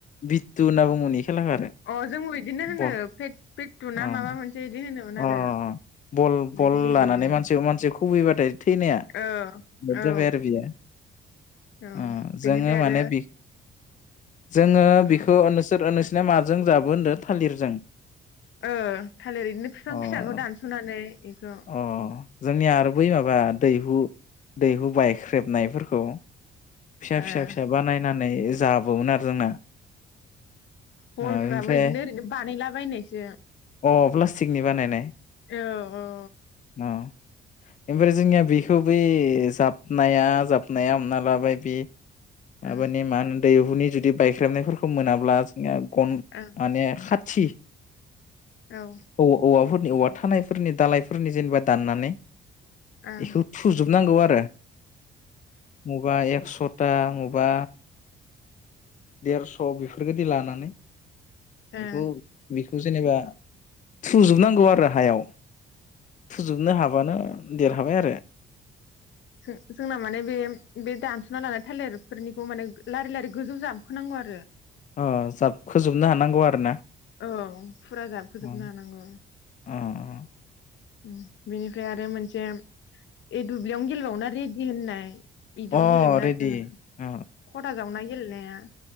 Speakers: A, on the left (about 40°); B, on the left (about 70°).
A: बित्यु होनना बुङोमोन खेलाखौ आरो
B: अ जोंबो बिदिनो होनोे
A: बल
B: फेट फेटटु
A: अ
B: ना माबा मोनसे बिदि होनोमोन
A: अ
B: आरो
A: बल बल
B: बेखौ गेलेयो
A: लानानै मानसि मानसि खुबैबाथाय थैनाया
B: औ
A: लेट
B: औ
A: जाबाय आरो बियो
B: औ
A: ओ
B: बेनिफ्राय
A: जोङो माने
B: आरो
A: बे जोङो बिखौ
B: ओ
A: नोंसोर अ नों नोंसिना माजों जाबो होनदो थालिरजों
B: ओ थालिर ओरैनो बिफां
A: अ
B: फिसाखौ दानस'नानै इखौ
A: अ जोंनिया आरो बै माबा दैहु दैहु बायख्रेबनायफोर औ फिसा
B: ओ
A: फिसा फिसा बानायनानै जाबावोमोन आरो जोंना
B: हलफ्राबो
A: ओ ओमफ्राय
B: बिदिनो ओरैनो बानायलाबायनायसो
A: अ प्लास्टिकनि बानायनाय
B: औ औ
A: अ ओमफ्राय जोंनिया बेखौ बे जाबनाया जाब नाया हमना लाबाय बि माबानि
B: ओं
A: मान दैहुनि जुदि बायख्रेबनायफोरखौ मोनाब्ला जोंना कन
B: औ
A: माने खात थि
B: ओं
A: औ औवाफोर नि औवा थानायफोरनि दालायफोरनि जेनेबा दाननानै
B: ओं
A: बेखौ थुजोबनांगौ आ <unintelligible> मुगा एकस' था मबा देरस' बेफोरबायदि लानानै
B: ओ
A: बेखौ बेखौ जेनेबा थुजोबनांगौ आरो हायाव थुजोबनो हाबानो देरहाबाय आरो
B: थों जोंना माने बे बे दान्स' सुना लानाय थालिरफोरनिखौ माने लारि लारि गोजौ जाबखोनांगौ आरो
A: अ जाबखोजोबनो हानांगौ आरो ना
B: औ फुरा जाबखोजोबनो
A: अ
B: हानांगौ
A: अ
B: उम बिनिफ्राय आरो मोनसे ए दुब्लियावनो गेलेबावोना रेद दि होननाय बिदिबो
A: अ
B: गेलेयोमोन
A: रेडि
B: आरो जोङो
A: अ
B: खथा जावना गेले नाया